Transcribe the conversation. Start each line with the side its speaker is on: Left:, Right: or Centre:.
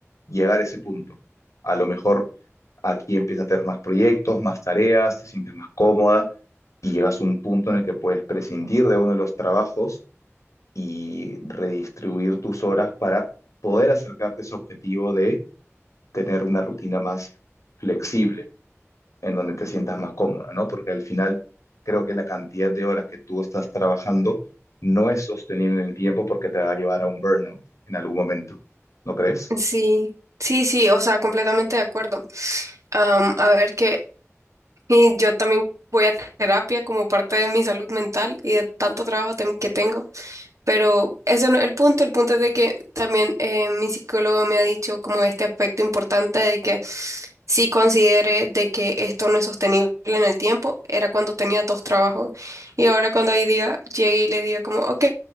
Left: llegar a ese punto. A lo mejor aquí empiezas a tener más proyectos, más tareas, te sientes más cómoda y llegas a un punto en el que puedes prescindir de uno de los trabajos y redistribuir tus horas para poder acercarte a ese objetivo de tener una rutina más flexible en donde te sientas más cómoda, ¿no? Porque al final creo que la cantidad de horas que tú estás trabajando no es sostenible en el tiempo porque te va a llevar a un burnout en algún momento, ¿no crees?
Right: Sí, sí, sí, o sea, completamente de acuerdo. Am, a ver qué. Y yo también voy a terapia como parte de mi salud mental y de tanto trabajo tem- que tengo. Pero ese no es el punto. El punto es de que también eh, mi psicólogo me ha dicho como este aspecto importante de que sí considere de que esto no es sostenible en el tiempo. Era cuando tenía dos trabajos. Y ahora cuando hoy día llegue y le diga como, ok,